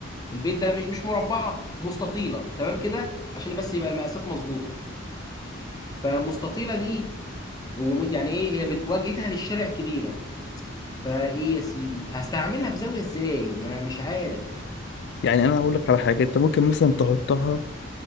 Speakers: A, on the left; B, on the left.
A: البيت ده مش مش مربعة مستطيلة تمام كده عشان بس يبقى المقاسات مظبوطة فمستطيلة دي وم- يعني ايه هي بت- واجهتها للشارع كبيرة فايه يا سيدي هستعملها بزاوية ازاي ما انا مش عارف
B: يعني انا هقول لك على حاجه انت ممكن مثلا تحطها